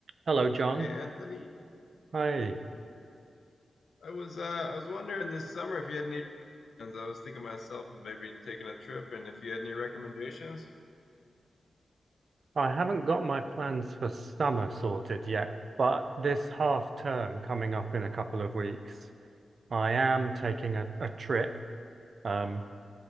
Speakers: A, on the right; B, on the left.
A: Hello, John.
B: Hey Anthony,
A: Hi.
B: I was uh I was wondering this summer if you had any plans. I was thinking myself of maybe taking a trip and if you had any recommendations.
A: I haven't got my plans for summer sorted yet, but this half term coming up in a couple of weeks, I am taking a, a trip. Um,